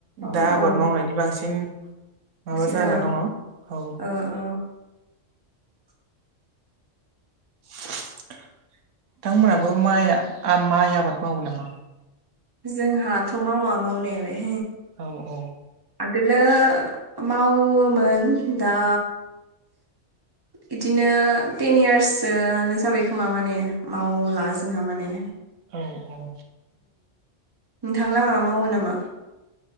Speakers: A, on the right; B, on the right.
A: ओम
B: दा आबाद
A: ओं
B: मावनायनि बांसिन माबा
A: बिदिनो
B: जाना दङ औ
A: ओ ओ
B: नोंथांमोनहाबो माइ माइ आबाद मावो नामा
A: जोंहाथ मावा मावनायालाय
B: औ औ
A: आगोलो मावोन दा
B: <inaudible>
A: इदिनो टेन इयार्ससोआनो जाबाय खोमा माने मावला जोंहा माने
B: औ औ
A: नोंथांलाहा मावो नामा